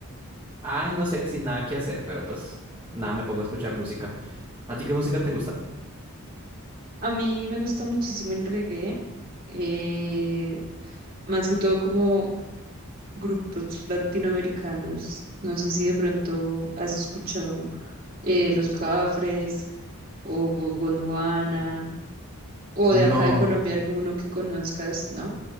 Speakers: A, on the right (about 20°); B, on the right (about 40°).
A: Ay, no sé, sin nada que hacer, pero pues nada, me pongo a escuchar música. ¿A ti qué música te gusta?
B: A mí me gusta muchísimo el reggae, eh, más que todo como grupos latinoamericanos. No sé si de pronto has escuchado eh, Los Cafres o Gondwana o
A: No.
B: de acá de Colombia alguno que conozcas, ¿no?